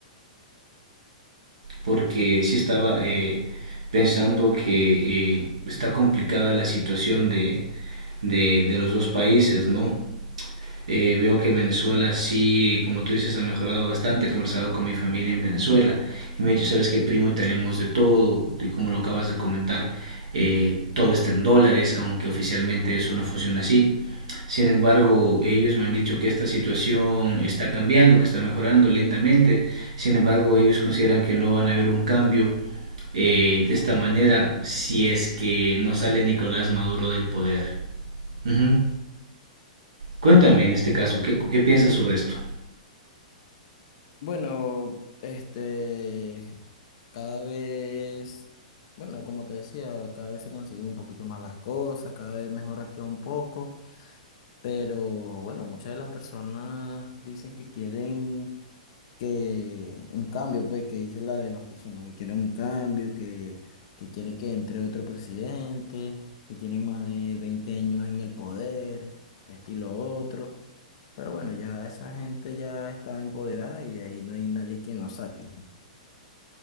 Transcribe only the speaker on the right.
Porque sí estaba eh, pensando que eh, está complicada la situación de, de, de los dos países, ¿no? Eh, veo que Venezuela sí, como tú dices, ha mejorado bastante. He conversado con mi familia en Venezuela y me ha dicho, sabes qué, primo, tenemos de todo. Y como lo acabas de comentar, eh, todo está en dólares, aunque oficialmente eso no funciona así. Sin embargo, ellos me han dicho que esta situación está cambiando, que está mejorando lentamente. Sin embargo, ellos consideran que no van a haber un cambio eh, de esta manera si es que no sale Nicolás Maduro del poder. Ujú. Cuéntame en este caso, ¿qué, qué piensas sobre esto?